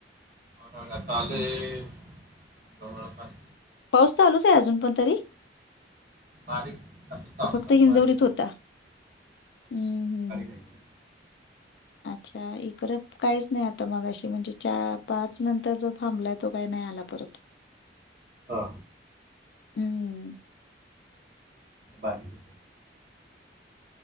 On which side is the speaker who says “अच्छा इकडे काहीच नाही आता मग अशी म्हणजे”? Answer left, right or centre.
Left